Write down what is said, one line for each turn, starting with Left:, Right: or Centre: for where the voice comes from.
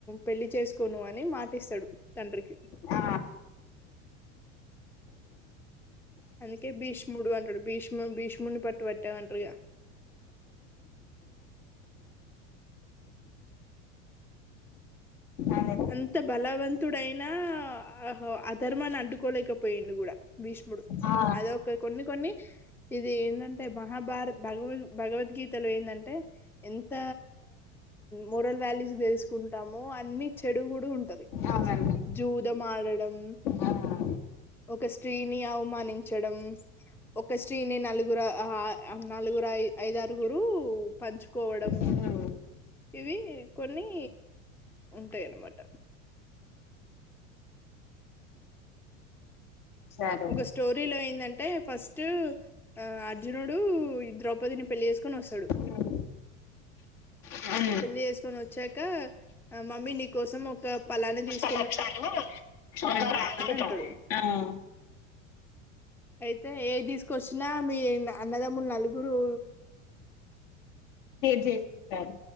Centre: పెళ్లి చేసుకోను అని మాటిస్తాడు తండ్రికి
Left: ఆ
Centre: అందుకే భీష్ముడు అంటడు భీష్మ భీష్మూని పట్టు పట్టావ్ అంటారిగా
Left: అదే
Centre: అంత బలవంతుడయినా ఆ అధర్మాన్ని అడ్కోలేకపోయిండు కూడా భీష్ముడు
Left: ఆ
Centre: అదొక కొన్ని కొన్ని ఇది ఏందంటే మహాభారత్ భగవద్ భగవద్గీతలో ఎందంటే ఎంత మోరల్ వాల్యూస్ తెలుసుకుంటామొ అన్ని చెడు కూడా ఉంటది
Left: అవునండి
Centre: జూదమాడడం
Left: ఆ
Centre: ఒక స్త్రీని అవమానించడం ఒక స్త్రీని నలుగురు ఆ నలుగురు ఐ ఐదారుగురు పంచుకోవడం
Left: ఉమ్
Centre: ఇవి కొన్ని తే అనమాట
Left: సరే ఉమ్
Centre: ఒక స్టోరీ లో ఏందటే ఫస్ట్ ఆ అర్జునుడు ద్రౌపదిని పెళ్లి చేేసుకొని వస్తాడు
Left: ఉమ్, ఉమ్,
Centre: పెళ్లి చేసుకొని వచ్చాక ఆ మమ్మీ నీ కోసం ఒక పలాన్ని తీస్
Left: ఉమ్ ఆ
Centre: అంటాడు అయితే ఏది తీసుకొచ్చినా మీ అన్నదమ్ములు నలుగురూ
Left: షేరె చేసుకుంటారు